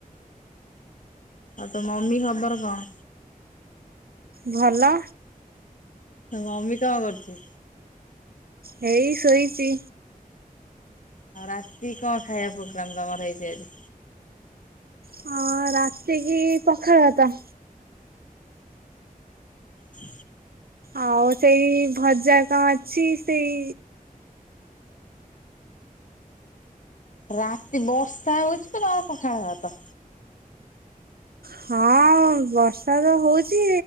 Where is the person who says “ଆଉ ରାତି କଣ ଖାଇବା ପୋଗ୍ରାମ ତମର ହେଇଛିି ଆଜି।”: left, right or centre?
Left